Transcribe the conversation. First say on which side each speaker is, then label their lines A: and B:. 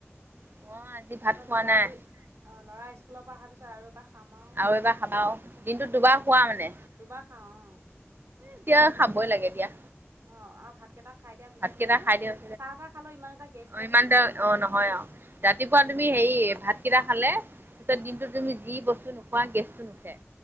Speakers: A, on the right; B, on the right.
A: মই আজি
B: তাৰপিছত
A: ভাত খোৱা
B: ল'ৰাটো
A: নাই
B: অ', ল'ৰা স্কুলৰ পৰা অহা পিছত তাৰপছত আৰু এবাৰ খাম আৰু
A: আৰু এবাৰ খাবা আও দিনটোত দুবাৰ
B: অ',
A: খোৱা মানে।
B: দুবাৰ খাওঁ অ'।
A: এতিয়া খাবই লাগে দিয়া।
B: অ', আৰু ভাত কেইটা খাই দিয়াৰ পিছত
A: ভাতকেইটা
B: মানে,
A: খাই দিওঁ
B: চাহ তাহ খালেও ইমান এটা গেছ
A: অ'
B: চেছ
A: ইমান
B: নহয়।
A: এটা
B: গ'ম পাইছে
A: অ' নহয়
B: নে?
A: আৰু ৰাতিপুৱা তুমি হেৰি ভাতকেইটা খালে তাৰপিছত
B: অঁ
A: দিনটোত তুমি যি বস্তু নোখোৱা গেছটো নুথে।